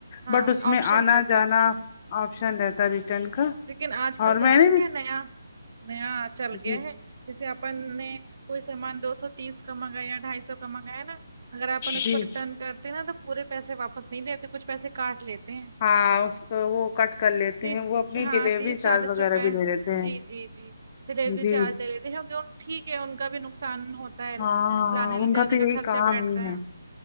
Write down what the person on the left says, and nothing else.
بٹ اس میں
آنا
جانا
آپشن رہتا ریٹرن کا
اور
میں نے
بھی
جی
جی
ہاں اس کو وہ کٹ کر لیتے
ہیں وہ اپنی
ڈلیوری
چارج
وغیرہ
بھی لے لیتے ہیں
جی
ہاں
ان
کا تو یہی
کام
ہی ہے